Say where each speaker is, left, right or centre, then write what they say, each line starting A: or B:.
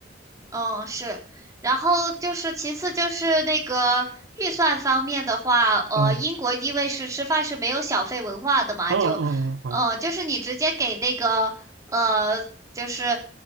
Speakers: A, on the right (about 20°); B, on the right (about 80°).
A: 嗯，是，然后就是其次就是那个预算方面的话，呃，
B: 啊。
A: 英国因为是吃饭是没有小费文化的嘛，
B: 哦哦哦
A: 就，呃，就是你直接给那个呃，就是